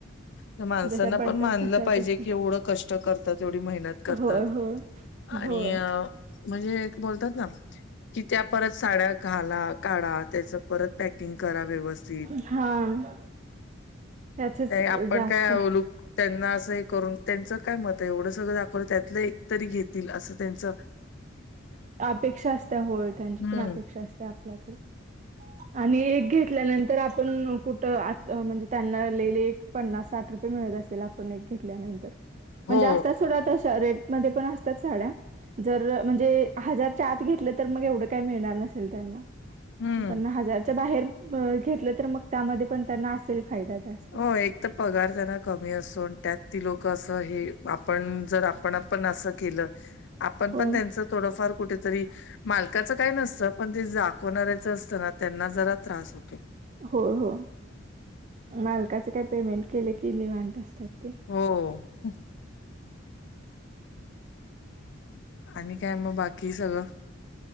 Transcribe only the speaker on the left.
तर माणसांना
पण मानलं
पाहिजे
की एवढं कष्ट करतात, एवढी मेहनत करतात.
आणि
अ म्हणजे बोलतात ना की त्या परत साड्या घाला, काढा त्याच परत पॅकिंग करा व्यवस्थित.
आपण
काय लूक त्यांना असं हे करून त्यांच काय मत आहे, एवढं सगळं दाखवलं त्यातलं तरी घेतील असं त्यांच
हम्म
हो
हम्म
हो. एक तर पगार त्यांना कमी असून त्यात ती लोक असं हे आपण जर आपण पण असं केलं. आपण
पण त्यांच थोडंफार कुठेतरी मालकाचं काही नसतं, पण ते दाखवणाऱ्याचं असत ना त्यांना जरा त्रास होतो.
हो हो... आणि काय मग बाकी सगळं....